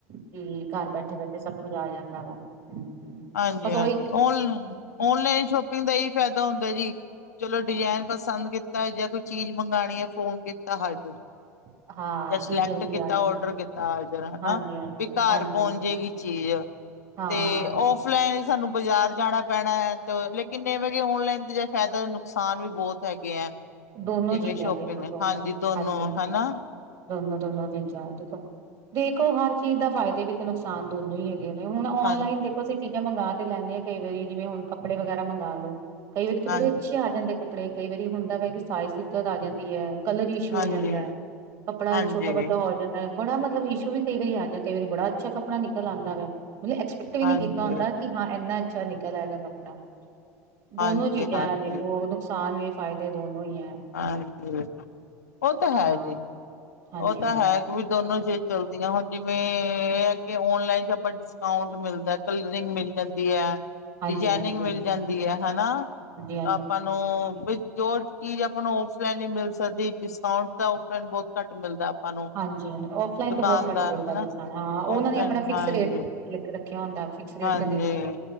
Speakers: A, on the right (about 55°); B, on the left (about 80°).
A: ਕੀ ਘਰ ਬੈਠੇ ਬੈਠੇ ਸਭ ਕੁੱਝ ਆ ਜਾਂਦਾ ਵਾ। ਹੂੰ,
B: ਹਾਂਜੀ-ਹਾਂਜੀ,
A: ਬਸ ਉਹੀ
B: ਓਨ ਓਨਲਾਈਨ ਸ਼ੋਪਿੰਗ ਦਾ ਇਹੀ ਫਾਇਦਾ ਹੁੰਦਾ ਜੀ। ਚਲੋ ਡਿਜ਼ਾਇਨ ਪਸੰਦ ਕੀਤਾ ਜਾਂ ਕੋਈ ਚੀਜ਼ ਮੰਗਾਣੀ ਐ ਫੋਨ ਕੀਤਾ ਹਾਜ਼ਰ
A: <inaudible>
B: ਜਾਂ ਸਿਲੈਕਟ
A: ਚੀਜ਼ ਜਲਦੀ
B: ਕੀਤਾ
A: ਆ ਜਾਂਦੀ
B: ਆਰਡਰ ਕੀਤਾ ਜ਼ਰਾ
A: ਹਾਂਜੀ
B: ਨਾ
A: ਹਾਂਜੀ
B: ਵੀ ਘਰ
A: ਹਾਂਜੀ
B: ਪਹੁੰਚ
A: ਹਾਂਜੀ
B: ਜੇਗੀ ਚੀਜ਼।
A: ਹਾਂ
B: ਤੇ ਔਫਲਾਈਨ ਸਾਨੂੰ ਬਾਜ਼ਾਰ ਜਾਣਾ ਪੈਣਾ ਤੇ ਲੇਕਿਨ ਇਹ ਵੇਂ ਕਿ ਔਨਲਾਈਨ ਦੇ ਜੇ ਫਾਇਦਾ ਨੇ ਨੁਕਸਾਨ ਵੀ ਬਹੁਤ ਹੈਗੇ ਐ।
A: ਦੋਨੋ
B: ਜਿਵੇਂ
A: ਚੀਜ਼ਾਂ
B: ਸ਼ੋਪਿੰਗ
A: ਦੇਖੋ ਦੋਨੋ
B: ਹਾਂਜੀ ਦੋਨੋ
A: ਹਾਂਜੀ ਹਾਂਜੀ
B: ਹਨਾ।
A: ਦੋਨੋ ਦੋਨੋ <unintelligible> ਦੇਖੋ ਹਰ ਚੀਜ਼ ਦਾ ਫਾਇਦੇ ਵੀ ਤੇ ਨੁਕਸਾਨ ਦੋਨੋਂ ਈ ਐ। ਨੇ ਹੁਣ ਔਨਲਾਈਨ
B: ਹਾਂਜੀ
A: ਦੇਖੋ ਅਸੀਂ ਚੀਜ਼ਾਂ ਮੰਗਾ ਤੇ ਲੈਣੇ ਆ ਕਈ ਵਾਰੀ ਜਿਵੇਂ ਹੁਣ ਕੱਪੜ ਵਗੈਰਾ ਮੰਗਾ ਲੋ ਕਈ ਵਾਰੀ ਤਾਂ
B: ਹਾਂਜੀ
A: ਬੜੇ ਅੱਛੇ ਆ ਜਾਂਦੇ ਕੱਪੜੇ ਕਈ ਵਾਰੀ ਹੁੰਦਾ ਵੈ ਕਿ ਸਾਈਜ਼ ਦਿੱਕਤ ਆ ਜਾਂਦੀ ਐ। ਕਲਰ ਇਸ਼ੂ
B: ਹਾਂਜੀ
A: ਹੋ ਜਾਂਦਾ ਕੱਪੜਾ
B: ਹਾਂਜੀ
A: ਛੋਟਾ ਵੱਡਾ ਹੋ ਜਾਂਦਾ। ਬੜਾ ਮਤਲਬ ਇਸ਼ੂ ਵੀ ਕਈ ਵਾਰੀ ਆ ਜਾ ਕਈ ਵਾਰੀ ਬੜਾ ਅਛਾ ਕੱਪੜਾ ਨਿਕਲ ਆਂਦਾ ਵਾ। ਮਤਲਬ ਐਕਸਪੈਕਟ ਵੀ
B: ਹਾਂਜੀ
A: ਨੀ ਕੀਤਾ ਹੁੰਦਾ ਕਿ ਹਾਂ ਇੰਨਾ ਅੱਛਾ ਨਿਕਲ ਆਏਗਾ ਕੱਪੜਾ
B: ਹਾਂਜੀ
A: ਦੋਨੋ ਚੀਜ਼ਾਂ
B: ਹਾਂਜੀ
A: ਦੇਖੋ ਨੁਕਸਾਨ ਵੀ ਫਾਇਦੇ ਦੋਨੋ ਈ ਐ।
B: ਹਾਂਜੀ, ਉਹ ਤਾਂ ਹੈ
A: ਹਾਂ
B: ਜੀ।
A: ਹਾਂਜੀ
B: ਉਹ ਤਾਂ
A: ਹਾਂਜੀ
B: ਹੈ ਕਿ ਵੀ ਦੋਨੋ ਜੇ ਚੱਲਦੀਆਂ ਹੁਣ ਜਿਵੇਂ ਇਹ ਐ ਕਿ ਔਨਲਾਈਨ ਚ ਆਪਾਂ ਡਿਸਕਾਊਂਟ ਮਿਲਦਾ ਕਲਰਿੰਗ ਮਿਲ ਜਾਂਦੀ ਐ।
A: ਹਾਂਜੀ
B: ਡਿਜਾਇਨਿੰੰਗ
A: ਹਾਂਜੀ
B: ਮਿਲ
A: ਹਾਂਜੀ ਹਾਂਜੀ
B: ਜਾਂਦੀ ਐ ਹਨਾ
A: ਹਾਂਜੀ
B: ਆਪਾਂ ਨੂੰ ਜੋ ਚੀਜ਼ ਆਪਾਂ ਨੂੰ ਔਫਲਾਈਨ ਹੀ ਮਿਲ ਸਕਦੀ ਡਿਸਕਾਊਂਟ ਤਾਂ ਔਫਲਾਈਨ ਬਹੁਤ ਘੱਟ ਮਿਲਦਾ। ਆਪਾਂ ਨੂੰ
A: ਹਾਂਜੀ-ਹਾਂਜੀ ਆਫਲਾਈਨ
B: ਦੁਕਾਨਦਾਰ
A: ਤੇ ਬਹੁਤ ਘੱਟ ਮਿਲਦਾ
B: ਹਨਾ
A: <unintelligible> ਹਾਂ ਉਹਨਾਂ
B: ਔਫਲਾਈਨ
A: ਨੇ ਆਪਣਾ ਫਿਕਸ
B: ਹਾਂਜੀ
A: ਰੇਟ ਲਿੱਖ ਰੱਖਿਆ ਹੁੰਦਾ। ਫਿਕਸ ਰੇਟ
B: ਹਾਂਜੀ
A: ਤੇ ਦਿੰਦੇ ਨੇ।